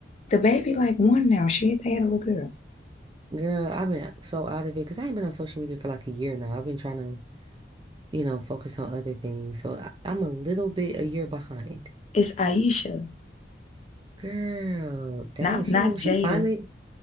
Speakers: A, on the left; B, on the right.
A: The baby like one now. She they had a little girl.
B: Girl, I've been so out of it because I ain't been on social media for like a year now. I've been trying to, you know, focus on other things. So I, I'm a little bit a year behind.
A: It's Aisha.
B: Girl, dang,
A: Not
B: she
A: not
B: moved.
A: Jada.
B: She finally.